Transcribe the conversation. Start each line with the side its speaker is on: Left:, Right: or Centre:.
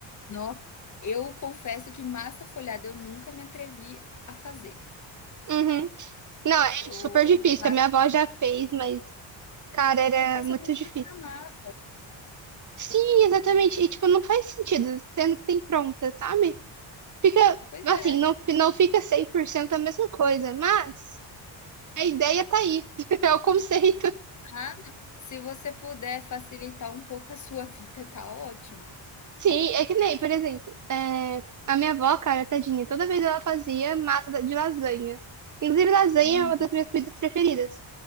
Left: Nossa, eu confesso que massa folhada eu nunca me atrevi a fazer.
Right: Uhum. Não, é
Left: Eu
Right: super difícil.
Left: eu faço
Right: A minha avó já fez, mas, cara, era
Left: é, são
Right: muito
Left: muitas
Right: difícil.
Left: camadas.
Right: Sim, exatamente. E, tipo, não faz sentido, sendo que tem pronta, sabe? Fica,
Left: Pois
Right: assim,
Left: é.
Right: não, não fica 100% a mesma coisa, mas a ideia tá aí. <laughs> É o conceito.
Left: Ah, não, se você puder facilitar um pouco a sua vida, tá ótimo.
Right: Sim, é que nem, por exemplo, é, a minha avó, cara, tadinha, toda vez ela fazia massa da- de lasanha. Inclusive, lasanha
Left: Hum.
Right: é uma das minhas comidas preferidas.